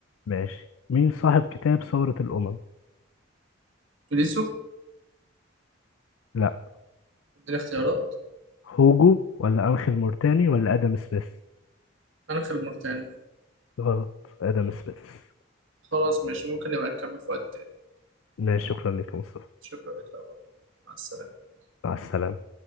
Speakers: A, on the left (about 85°); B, on the right (about 75°).
A: ماشي مين صاحب كتاب ثورة الأمم
B: توليسو
A: لا
B: اديني اختيارات
A: هوجو ولا أنخيل مورتاني ولا آدم سميث
B: أنا الموريتاني
A: غلط آدم سميث
B: خلاص ماشي ممكن نبقى نكمل في وقت تاني
A: ماشي شكرا لك يا مصطفى
B: شكرا لك يا عمر. مع السلامة
A: مع السلامة